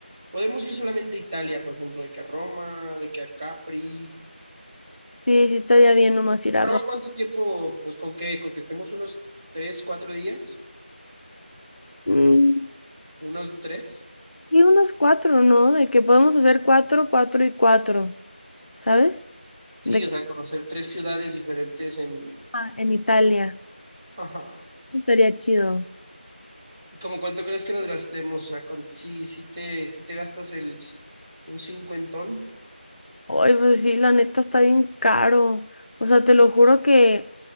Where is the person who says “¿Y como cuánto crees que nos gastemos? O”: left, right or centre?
Right